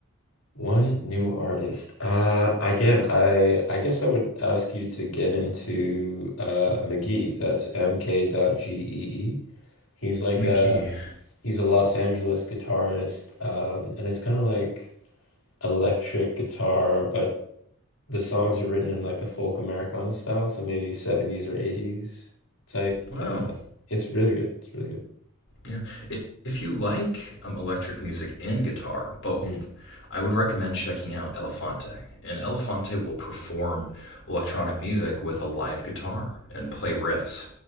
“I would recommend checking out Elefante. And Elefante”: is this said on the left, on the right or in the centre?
Left